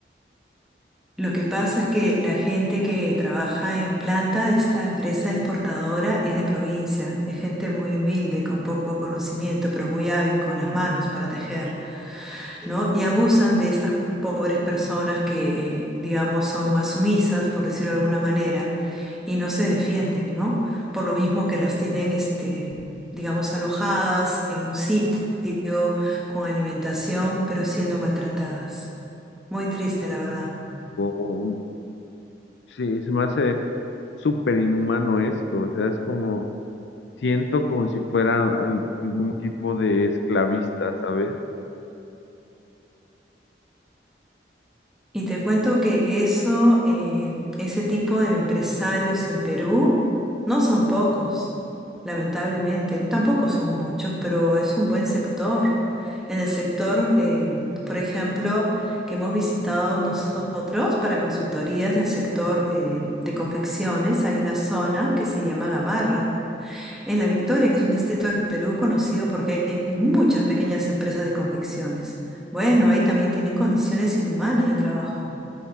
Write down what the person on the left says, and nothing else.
O, sí, se me hace súper inhumano esto, o sea, es como, siento como si fuera al- algún tipo de esclavista, ¿sabes?